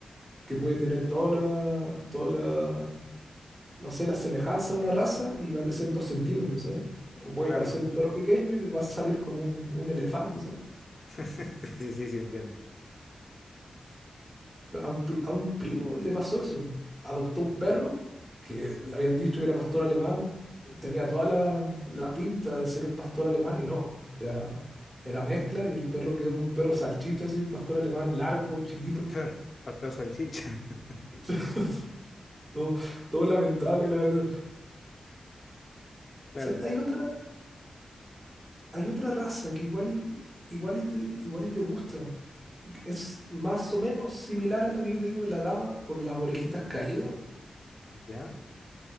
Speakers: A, on the right; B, on the left.
A: que puede tener toda la, toda la, no sé, la semejanza a una raza y va a crecer dos centímetros, ¿sabes? O puede
B: Claro.
A: parecer un perro pequeño y va a salir como un, un elefante, ¿sabes?
B: <laughs> Sí, sí, sí, entiendo.
A: A un, pr- a un primo le pasó eso. Adoptó un perro que le habían dicho que era pastor alemán. Tenía toda la, la pinta de ser un pastor alemán y no. Era, era mezcla y el perro quedó como un perro salchicha, así, un pastor alemán largo, chiquito.
B: <laughs> Pero pastel o salchicha. <laughs>
A: <laughs> Todo, todo lamentable, la verdad.
B: Claro.
A: O sea, hay otra, hay otra raza que igual, igual y te, igual y te gusta. Es más o menos similar a la que yo te digo de la dama por las orejitas caídas
B: Ya,